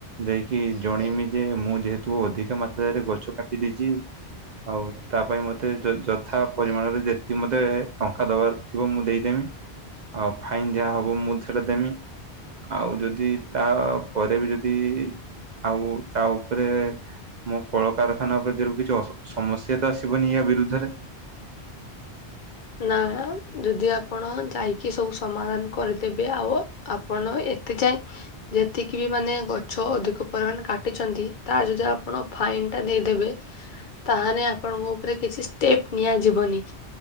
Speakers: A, on the right; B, on the left.
A: ଯାଇକି ଜଣେଇମି ଯେ, ମୁଁ ଯେହେତୁ ଅଧିକା ମାତ୍ରାରେ ଗଛ କାଟିଦେଇଛି ଆଉ ତା ପାଇଁ ମୋତେ ଯ-ଯଥା ପରିମାଣରେ ଯେତିକି ମୋତେ ଟଙ୍କା ଦବାର ଥିବ ମୁଁ ଦେଇଦେମି ଆଉ ଫାଇନ୍ ଯାହା ହବ ମୁଁ ସେଟା ଦେମି ଆଉ ଯଦି ତା ପରେ ବି ଯଦି ଆଉ ତା ଉପରେ ମୋ କଳକାରଖାନା ପ୍ରତିରୁ କିଛି ଅସ-ସମସ୍ୟା ତ ଆସିବନି ୟା ବିରୁଦ୍ଧରେ?
B: ନା, ଯଦି ଆପଣ ଯାଇକି ସବୁ ସମାଧାନ କରିଦେବେ ଆଉ ଆପଣ ଏତେ ଯାଏ ଯେତିକି ବି ମାନେ ଗଛ ଅଧିକ ପରିମାଣ କାଟିଛନ୍ତି ତାର ଯଦି ଆପଣ ଫାଇନଟା ଦେଇଦେବେ। ତାହାନେ ଆପଣଙ୍କ ଉପରେ କିଛି ଷ୍ଟେପ ନିଆଯିବନି।